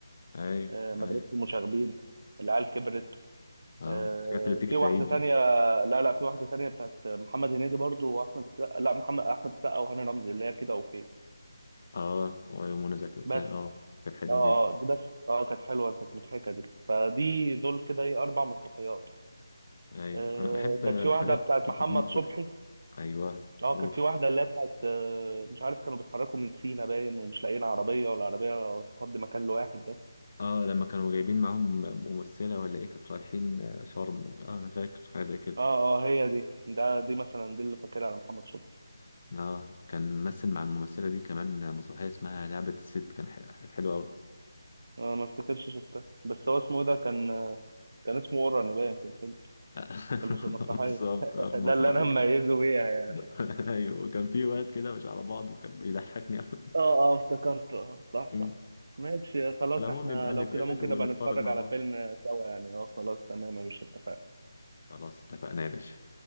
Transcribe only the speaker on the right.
آه،
مدرسة المشاغبين العيال كبرت
آه،
في
واحدة
تانية
لا لا في واحدة تانية بتاعت محمد هنيدي برضو وأحمد السقا لا محمد أحمد السقا وهاني رمزي اللي هي كده أوكي
بس
اه
آه، دي بس اه كانت حلوة كانت مضحكة دي فدي دول كده ايه أربع مسرحيات
آه،
كانت في واحدة
بتاعت
محمد
صبحي
اه
كانت في واحدة اللي هي بتاعت آه، مش عارف كانوا بيتحركوا من سينا باين ومش لاقيين عربية والعربية تفضي مكان لواحد بس
اه اه هي دي ده دي مثلا دي اللي فاكرها على محمد شكري
آه ما افتكرش شفتها بس هو اسمه إيه ده كان كان اسمه اوراني باين في الفيلم
في المس- المسرحية
<laughs>
ده
اللي انا مميزه بيها يعني
اه اه افتكرت اه
صح صح ماشي خلاص
احنا
لو
كده ممكن
نبقى نتفرج
على
فيلم سوا يعني اه خلاص تمام يا باشا اتفقنا.